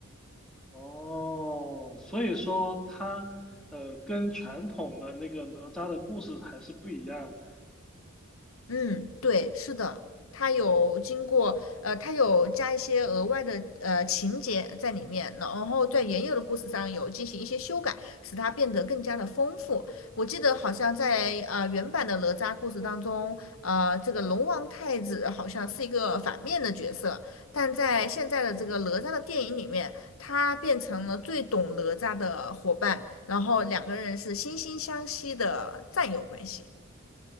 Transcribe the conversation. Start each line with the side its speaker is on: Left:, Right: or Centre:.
Centre: 哦，所以说他呃跟传统的那个哪吒的故事还是不一样的。
Left: 嗯，对，是的，它有经过，呃，它有加一些额外的呃情节在里面，然后在原有的故事上有进行一些修改，使它变得更加的丰富。我记得好像在呃原版的哪吒故事当中，呃，这个龙王太子好像是一个反面的角色，但在现在的这个哪吒的电影里面，他变成了最懂哪吒的伙伴，然后两个人是惺惺相惜的战友关系。